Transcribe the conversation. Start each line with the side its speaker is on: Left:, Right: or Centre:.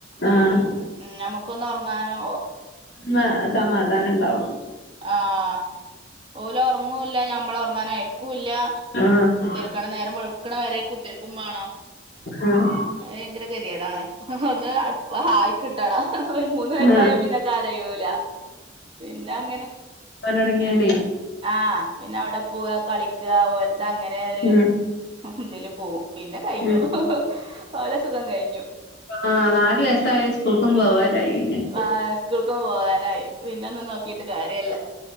Left: ആഹ്
Right: ഉം ഞമക്കൊന്ന് ഒർങ്ങാനോ ഒ
Left: ന്ന് സമാധാനണ്ടാവും
Right: ആഹ് ഓലാെർങ്ങൂല്ല ഞമ്മളെ ഒർങ്ങാനയ്ക്കൂല്ലാ
Left: ആഹ്
Right: കേൾക്കണം നേരം വെൾക്ക്ണെ വെരെ കുത്തിര്ക്കും മാണം
Left: ആഹ്
Right: അത് ഭയെങ്കെരെ കെത്യേടാണ് ഒന്ന് ആയി കിട്ടണം ഒര് മൂന്ന് വയസ്സായ
Left: ആഹ്
Right: പിന്നെ കരയൂല പിന്നെ അങ്ങനെ
Left: പോലൊട്ങ്ങ്യാലേ
Right: ആഹ് പിന്നെ അവിടെ പോവാ കളിക്കാ ഓര്തങ്ങെനെ ഒര്
Left: ഉം
Right: തില് പോവും പിന്നെ കയ്ഞ്ഞു
Left: ഉം
Right: ഓലെ സുഖം കയ്ഞ്ഞു
Left: ആഹ് നാല് വയസ്സായ സ്കൂക്കും പോവാരായിന്നെ
Right: വാ സ്കൂക്കും പോവാനായി പിന്നെ ഒന്നും നോക്കീട്ട് കാര്യല്ല